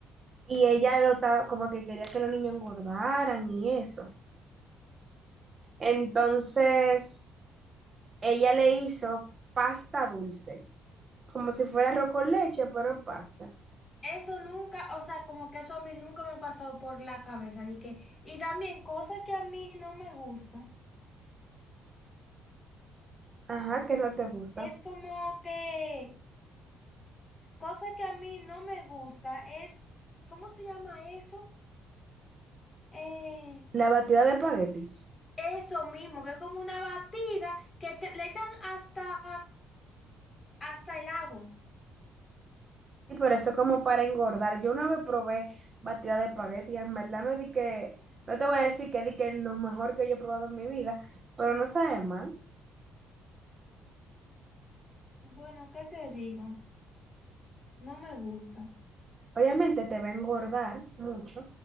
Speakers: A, on the right (about 30°); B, on the left (about 25°).
A: y ella lo estaba como que quería que los niños engordaran y eso. Entonces, ella le hizo pasta dulce. Como si fuera arroz con leche, pero en pasta.
B: Eso nunca, o sea, como que eso a mí nunca me ha pasado por la cabeza. De que, y también cosas que a mí no me gusta.
A: Ajá, que no te gusta.
B: Es como que, cosa que a mí no me gusta es, ¿cómo se llama eso? Eh,
A: La batida de espagueti.
B: eso mismo, que es como una batida que echa- le echan hasta, hasta el agua.
A: Sí, pero eso es como para engordar. Yo una vez probé batida de espagueti, y en verdad no di que, no te voy a decir que di que es lo mejor que yo he probado en mi vida, pero no sabe mal.
B: Bueno, ¿qué te digo? No me gusta.
A: Obviamente te va a engordar mucho.